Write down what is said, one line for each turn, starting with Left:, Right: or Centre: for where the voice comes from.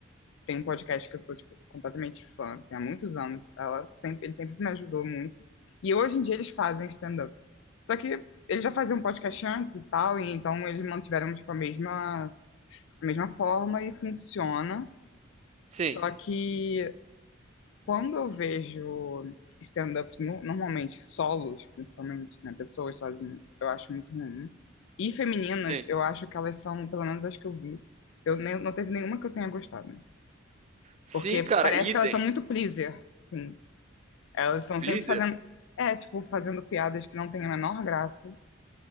Left: tenho um podcast que eu sou, tipo, completamente fã, assim, há muitos anos. Ela sempre, ele sempre me ajudou muito. E hoje em dia eles fazem stand-up. Só que eles já faziam podcast antes e tal, e então eles mantiveram, tipo, a mesma, a mesma forma e funciona.
Right: Sim,
Left: Só que Quando eu vejo stand-ups, no- normalmente solos, principalmente, né, pessoas sozinhas, eu acho muito ruim. E femininas,
Right: sim.
Left: eu acho que elas são, pelo menos as que eu vi, eu nem, não teve nenhuma que eu tenha gostado.
Right: Sim,
Left: Porque
Right: cara,
Left: parece
Right: idem.
Left: que elas são muito pleaser, sim. Elas estão
Right: Please.
Left: sempre fazendo, é, tipo, fazendo piadas que não têm a menor graça.